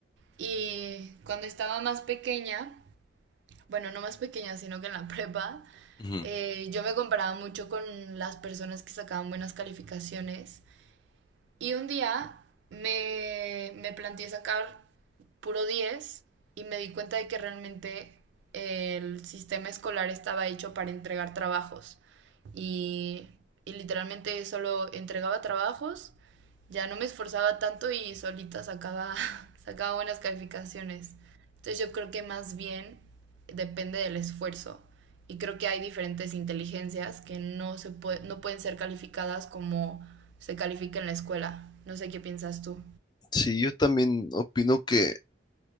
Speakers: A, on the right; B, on the left.
A: Y cuando estaba más pequeña, bueno, no más pequeña, sino que en la <laughs> prepa,
B: Ujú.
A: eh, yo me comparaba mucho con las personas que sacaban buenas calificaciones y un día me, me planteé sacar puro 10 y me di cuenta de que realmente el sistema escolar estaba hecho para entregar trabajos. Y, y literalmente solo entregaba trabajos, ya no me esforzaba tanto y solita sacaba, <laughs> sacaba buenas calificaciones. Entonces yo creo que más bien depende del esfuerzo y creo que hay diferentes inteligencias que no, se puede- no pueden ser calificadas como se califica en la escuela. No sé qué piensas tú.
B: Sí, yo también opino que